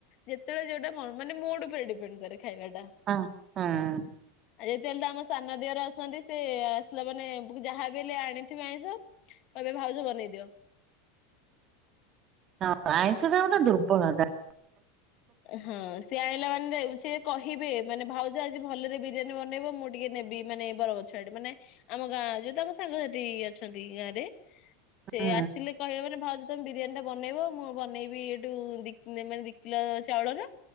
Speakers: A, on the left (about 50°); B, on the right (about 40°).
A: ଯେତେବେଳେ ଯୋଉଟା ମନ ମୁଡ୍ ଉପରେ ଡିପେଣ୍ଡ୍ କରେ। ଖାଇବାଟା।
B: ହଁ ହଁ।
A: ଆଉ ଯେତେବେଳେ ଆମ ସାନ ଦିଅର ଆସନ୍ତି ସେ ଆସିଲେ ମାନେ ଯାହା ବି ହେଲେ ଆଣିଥିବ ଆଇଁଷ। କହିବେ ଭାଉଜ ବନେଇଦିଅ।
B: ହଁ ଆଇଁଷ ଟା ଗୋଟେ ଦୁର୍ବଳତା।
A: ହୁଁ ସେ ଆଁଇଲା ମା ସିଏ କହିବେ ମାନେ ଭାଉଜ ଆଜି ଭଲରେ ବିରିୟାନୀ ବନେଇବ ମୁଁ ଟିକେ ନେବି ମାନେ ବର ଗଛଆଡେ ମାନେ- ଆମ ଗାଁ ଯୋଉ ତାଙ୍କ ସାଙ୍ଗସାଥି ଅଛନ୍ତି ଗାଁ ରେ। ସେ
B: ହଁ।
A: ଆସିଲେ କହିବ ମାନେ ଭାଉଜ ତମେ ବିରିୟାନୀ ଟା ବନେଇବ ମୁଁ ବନେଇବି। ବି ଏଠୁ ଦି ଦି କିଲୋ ଚାଉଳର